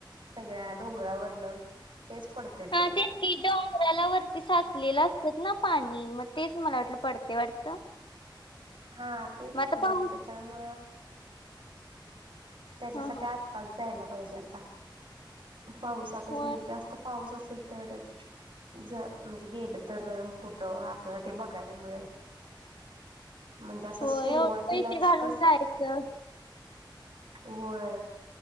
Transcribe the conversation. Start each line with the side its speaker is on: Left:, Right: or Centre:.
Right: सगळ्या डोंगरावरन तेच पडतं
Left: हा
Right: ते
Left: तेच की डोंगराला वरती साठलेला असतं ना पाणी म- तेच मला वाटलं पडतय वाटतं.
Right: हा तेच
Left: मग आता
Right: ते
Left: पाऊस
Right: म-त्याच्यामुळं. त्याच्यासाठी
Left: हा हा
Right: आत्ताच जायला पाहिजे आता. पाऊसातच
Left: होय
Right: म्हणजे जास्त पाऊस असेल तरच. ज म्हणजे गेलं तर कुठं आपल्याला ते बघायला मिळेल. म्हणजे असं
Left: होय
Right: सुरुवातीलाच
Left: एवढे पैसे घालून
Right: कस
Left: जायचं
Right: होय